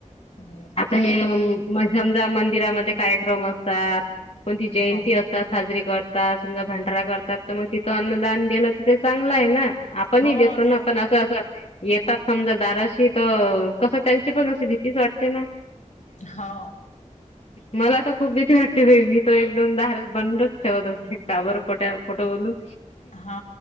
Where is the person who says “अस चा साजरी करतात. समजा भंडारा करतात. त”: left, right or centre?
Left